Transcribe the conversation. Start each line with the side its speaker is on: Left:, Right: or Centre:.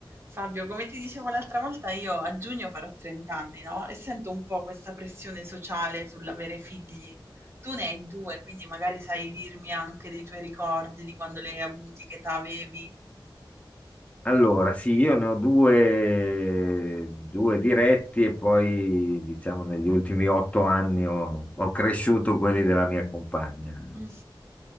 Right: Fabio, come ti dicevo l'altra volta, io a giugno farò 30 anni, no? E sento un po' questa pressione sociale sull'avere figli. Tu ne hai due, quindi magari sai dirmi anche dei tuoi ricordi di quando li hai avuti, che età avevi.
Left: Allora, sì, io ne ho due, due diretti e poi, diciamo, negli ultimi otto anni ho, ho cresciuto quelli della mia compagna.
Right: Mm,